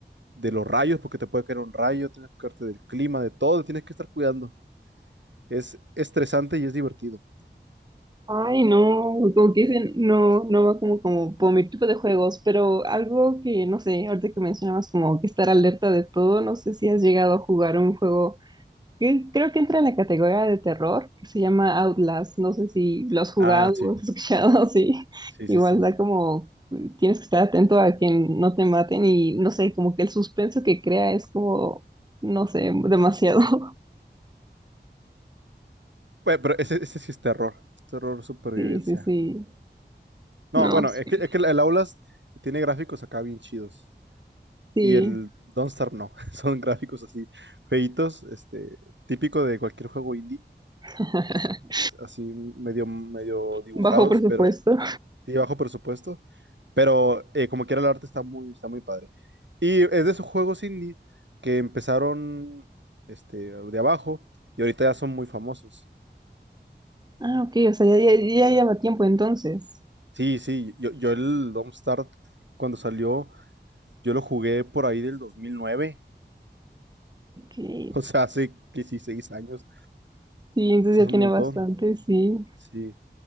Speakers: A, on the right; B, on the right.
A: de los rayos, porque te puede caer un rayo, tienes que cuidarte del clima, de todo, tienes que estar cuidando. Es estresante y es divertido.
B: Ay, no, como que dicen, no, no va como, como por mi tipo de juegos, pero algo que, no sé, ahorita que mencionabas como que estar alerta de todo, no sé si has llegado a jugar un juego que creo que entra en la categoría de terror, que se llama Outlast, no sé si lo has jugado
A: Ah, sí,
B: o has escuchado, <laughs> sí,
A: sí,
B: igual
A: sí, sí.
B: da como, tienes que estar atento a que no te maten y, no sé, como que el suspenso que crea es como, no sé, demasiado, <laughs>
A: Bueno, pero ese, ese sí es terror, es terror supervivencia.
B: sí, sí, sí,
A: No,
B: no,
A: bueno,
B: sí,
A: es que, es que el el Outlast tiene gráficos acá bien chidos.
B: sí,
A: y el Don't Starve no. <laughs> Son gráficos así, feitos, este, típico de cualquier juego indie,
B: <laughs>
A: es así medio, medio dibujados,
B: bajo presupuesto.
A: pero sí bajo presupuesto. Pero eh, como quiera el arte está muy, está muy padre. Y es de esos juegos indie que empezaron este, de abajo y ahorita ya son muy famosos.
B: Ah, ok, o sea, ya, ya, ya lleva tiempo entonces.
A: Sí, sí, yo, yo el Don't Starve cuando salió, yo lo jugué por ahí del 2009,
B: Ok. Sí,
A: <laughs> o sea, hace 16 años,
B: entonces
A: o sea,
B: ya
A: es
B: tiene
A: un montón.
B: bastante, sí.
A: Sí.